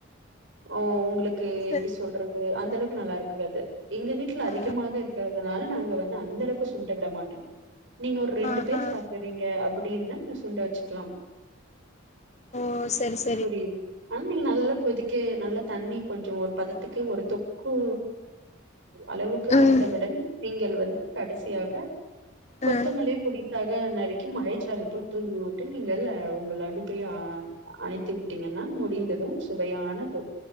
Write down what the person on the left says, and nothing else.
சரி
ஆ
ஆ
ஆ
ஓ செரி செ
ம்
ம்